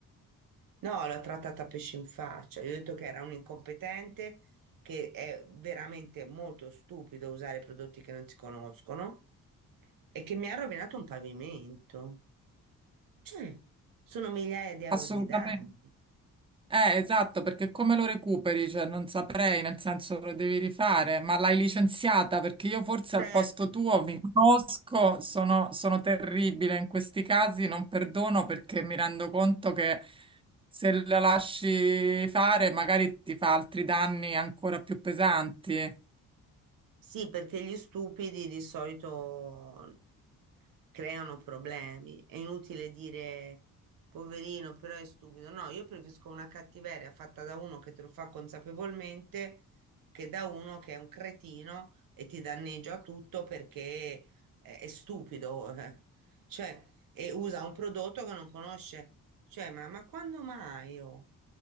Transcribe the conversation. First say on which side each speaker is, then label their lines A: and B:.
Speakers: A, on the right (about 65°); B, on the right (about 15°).
A: No, l'ho trattata a pesce in faccia. Gli ho detto che era un incompetente, che è veramente molto stupido usare prodotti che non si conoscono e che mi ha rovinato un pavimento. Cioè, sono migliaia di euro
B: Assolutamente.
A: di danni.
B: Eh, esatto, perché come lo recuperi? Cioè, non saprei, nel senso lo devi rifare, ma l'hai licenziata perché io forse
A: Certo.
B: al posto tuo mi conosco, sono, sono terribile in questi casi, non perdono perché mi rendo conto che se la lasci fare magari ti fa altri danni ancora più pesanti.
A: Sì, perché gli stupidi di solito creano problemi. È inutile dire poverino, però è stupido. No, io preferisco una cattiveria fatta da uno che te lo fa consapevolmente che da uno che è un cretino e ti danneggia tutto perché è, è stupido. <laughs> eh. Cioè, e usa un prodotto che non conosce. Cioè, ma, ma quando mai? oh?